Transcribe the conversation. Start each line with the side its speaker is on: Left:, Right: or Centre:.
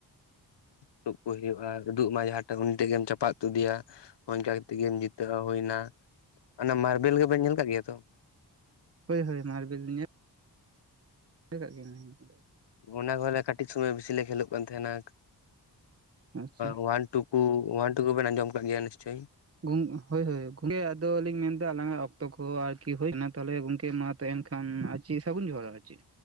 Left: ᱛᱩᱜ ᱠᱚ ᱦᱩᱭᱩᱜᱼᱟ ᱛᱩᱰᱩᱜ ᱢᱟ ᱡᱟᱦᱟᱸ᱾ ᱩᱱᱤ ᱴᱟᱜ ᱜᱮᱢ ᱪᱟᱯᱟ ᱩᱛᱩᱫᱮᱭᱟ ᱚᱱᱠᱟ ᱠᱟᱛᱮᱜ ᱜᱮᱢ ᱡᱤᱛᱟᱹᱜ ᱦᱩᱭ ᱮᱱᱟ᱾ ᱚᱱᱟ ᱢᱟᱨᱵᱮᱞ ᱜᱮᱵᱮᱱ ᱧᱮᱞ ᱠᱟᱜ ᱜᱮᱭᱟ ᱛᱚ᱾
Right: ᱦᱳᱭ ᱦᱳᱭ ᱢᱟᱨᱵᱮᱞ ᱧᱮᱞᱼᱼ ᱠᱟᱜ ᱜᱮ <inaudible>
Left: ᱚᱱᱟ ᱠᱚᱞᱮ ᱠᱟᱹᱴᱤᱡ ᱥᱩᱚᱢᱚᱭ ᱵᱮᱥᱤ ᱞᱮ ᱠᱷᱞᱳᱜ ᱠᱟᱱ ᱛᱟᱦᱮᱱᱟ
Right: ᱟᱪᱪᱷᱟ
Left: ᱚᱣᱟᱱᱼᱼ ᱴᱩᱠᱩ ᱚᱣᱟᱱ ᱴᱩᱠᱩ ᱵᱮᱱ ᱟᱸᱡᱚᱢ ᱟᱠᱟᱫ ᱜᱮᱭᱟ ᱱᱤᱥᱪᱳᱭ᱾
Right: ᱜᱳᱢ ᱦᱳᱭ ᱦᱳᱭ ᱜᱚᱝᱠᱮ ᱟᱫ ᱞᱤᱧ ᱢᱮᱱ ᱮᱫᱟ ᱟᱞᱟᱝᱟᱜ ᱚᱠᱛᱚ ᱠᱚ ᱦᱚ ᱟᱨᱠᱤ ᱦᱳᱭ ᱠᱟᱱᱟ ᱛᱮᱦᱚᱞᱮ ᱜᱚᱝᱠᱮ ᱢᱟᱼᱼ ᱛᱮᱱᱠᱷᱟᱱ ᱟᱨ ᱪᱮᱫ ᱥᱟᱹᱜᱩᱱ ᱡᱚᱦᱟᱨᱚᱜᱼᱟ ᱟᱨ ᱪᱮᱫ᱾